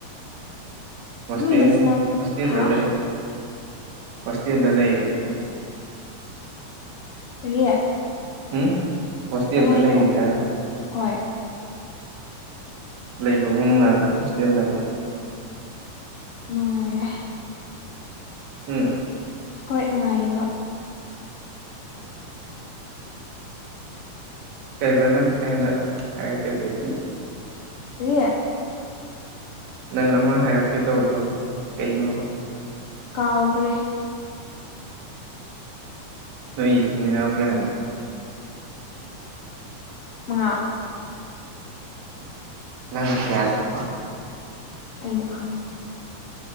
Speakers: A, on the right (about 60°); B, on the left (about 70°).
A: ꯍꯣꯁꯇꯦꯜ
B: ꯅꯣꯏ ꯅꯆꯤꯟꯅꯥꯎ
A: ꯍꯣꯁꯇꯦꯜꯗ
B: ꯍꯥ
A: ꯂꯩ ꯍꯣꯁꯇꯦꯜꯗ ꯂꯩꯌꯦꯔꯅ
B: ꯀꯔꯤ
A: ꯎꯝ ꯍꯣꯁꯇꯦꯜꯗ
B: ꯀꯩ ꯍꯥꯏꯅꯣ
A: ꯂꯩꯔꯤꯗ ꯍꯥꯏꯕ
B: ꯍꯣꯏ
A: ꯂꯩꯕꯕꯨ ꯅꯨꯡꯉꯥꯏꯕ꯭ꯔꯣ ꯍꯣꯁꯇꯦꯜꯗꯕꯨ
B: ꯅꯨ ꯉꯥꯏ ꯑꯦ
A: ꯎꯝ
B: ꯍꯣꯏ ꯅꯨꯡꯉꯥꯏꯌꯦꯕ
A: <unintelligible> ꯀꯩꯕ ꯅꯪ ꯍꯟꯗꯛ ꯍꯥꯏꯔꯛꯒꯦ ꯀꯩꯕ ꯅꯪ
B: ꯔꯤ
A: ꯅꯪ ꯑꯃ ꯍꯥꯏꯔꯛꯀꯦ ꯇꯧꯕꯗꯣ ꯀꯩꯅꯣꯕ
B: ꯀꯥꯎꯈ꯭ꯔꯦ
A: ꯅꯣꯏ ꯏꯆꯤꯟ ꯏꯅꯥꯎ ꯀꯌꯥꯅꯣ
B: ꯃꯉꯥ
A: ꯅꯪ ꯅ ꯀꯌꯥꯁꯨꯕ
B: ꯑꯩꯅ ꯑꯍꯥꯟꯕ